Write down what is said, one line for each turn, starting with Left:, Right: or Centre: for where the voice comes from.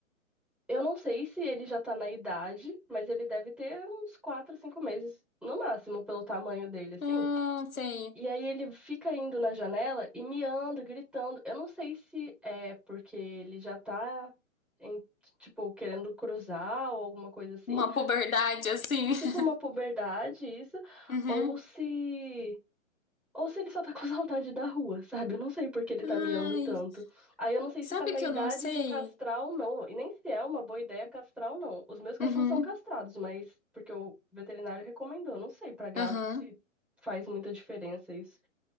Centre: eu não sei se ele já tá na idade, mas ele deve ter uns 4 5 meses no máximo, pelo tamanho dele, assim.
Left: Hum, sei.
Centre: E aí ele fica indo na janela e miando, gritando. Eu não sei se é porque ele já tá, em, tipo, querendo cruzar ou alguma coisa assim.
Left: Uma puberdade assim.
Centre: Tipo
Left: <laughs>
Centre: uma puberdade, isso.
Left: Uhum.
Centre: Ou se. Ou se ele só tá com <laughs> saudade da rua, sabe? Eu não sei por que ele
Left: Ai,
Centre: tá miando tanto. Aí eu não sei
Left: sabe
Centre: se tá na
Left: que
Centre: idade
Left: eu não sei?
Centre: de castrar ou não. E nem se é uma boa ideia castrar ou não. Os meus cachorros
Left: Uhum.
Centre: são castrados, mas porque o veterinário recomendou. Não sei pra gato
Left: Uhum.
Centre: se faz muita diferença isso.